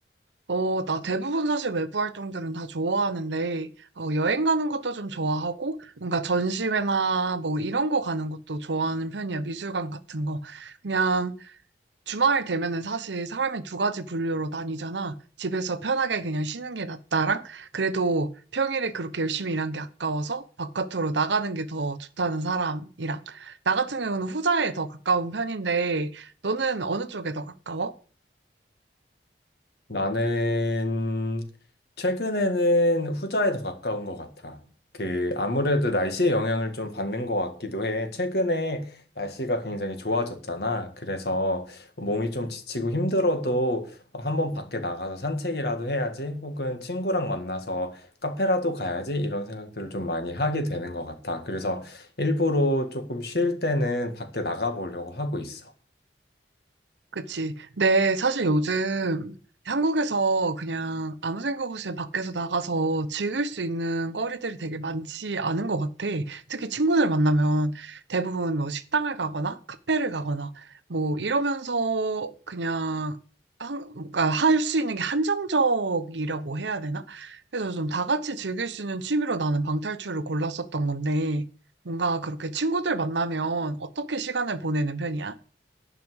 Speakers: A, on the right; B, on the left.
A: 어, 나 대부분 사실 외부 활동들은 다 좋아하는데, 어, 여행 가는 것도 좀 좋아하고, 뭔가 전시회나 뭐 이런 거 가는 것도 좋아하는 편이야. 미술관 같은 거. 그냥 주말 되면은 사실 사람이 두 가지 분류로 나뉘잖아. 집에서 편하게 그냥 쉬는 게 낫다랑, 그래도 평일에 그렇게 열심히 일한 게 아까워서 바깥으로 나가는 게 더 좋다는 사람이랑. 나 같은 경우는 후자에 더 가까운 편인데, 너는 어느 쪽에 더 가까워?
B: 나는 최근에는 후자에 더 가까운 것 같아. 그, 아무래도 날씨의 영향을 좀 받는 것 같기도 해. 최근에 날씨가 굉장히 좋아졌잖아. 그래서 몸이 좀 지치고 힘들어도 한 번 밖에 나가서 산책이라도 해야지, 혹은 친구랑 만나서 카페라도 가야지, 이런 생각들을 좀 많이 하게 되는 것 같아. 그래서 일부러 조금 쉴 때는 밖에 나가보려고 하고 있어.
A: 그치. 근데 사실 요즘 한국에서 그냥 아무 생각 없이 그냥 밖에서 나가서 즐길 수 있는 거리들이 되게 많지 않은 것 같아. 특히 친구들 만나면 대부분 뭐 식당을 가거나 카페를 가거나 뭐 이러면서 그냥 한, 그러니까 할 수 있는 게 한정적이라고 해야 되나? 그래서 좀 다 같이 즐길 수 있는 취미로 나는 방탈출을 골랐었던 건데 뭔가 그렇게 친구들 만나면 어떻게 시간을 보내는 편이야?